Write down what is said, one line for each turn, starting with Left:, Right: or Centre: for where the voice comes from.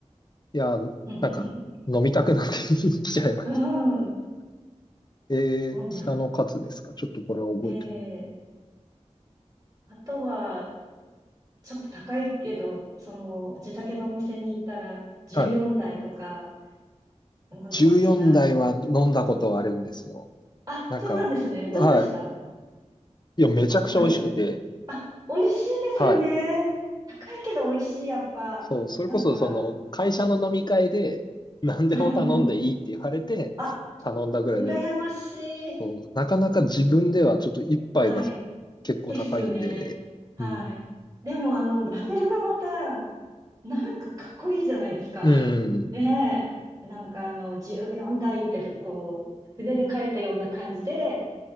Left: や、
Right: <laughs>
Left: なんか飲みたくなって
Right: う
Left: <laughs> きちゃいました。
Right: ん、
Left: えー、
Right: 飲んでます。
Left: 北の勝つですか。ちょっとこれを覚えて
Right: ええあとは、ちょっと高いけど、その、地酒のお店に行ったら、14台とか
Left: はい。
Right: 飲んでほしいな。
Left: 14代は飲んだことがあるんですよ。
Right: あ、
Left: なんか、
Right: そうなんですね。どうでした
Left: はい。いや、めちゃくちゃ美味しくて、
Right: あまりあ、美味しいですよね。
Left: はい。
Right: 高いけど美味しい、やっぱ。
Left: そう、それこそ、
Right: なんか、
Left: その、会社の飲み会で、何でも頼んでいいって言われて、
Right: うんうん。あ、
Left: 頼んだぐらいで、
Right: 羨ましい。
Left: そう、なかなか自分ではちょっと一杯が
Right: はい。
Left: 結構高いんで、
Right: ですよね。はい。
Left: うん。
Right: でも、あの、ラベルがまた、なんかかっこいいじゃないですか。
Left: うん。
Right: <laughs> ねえ。なんか、あの、14代って、ふこう、筆で書いたような感じで、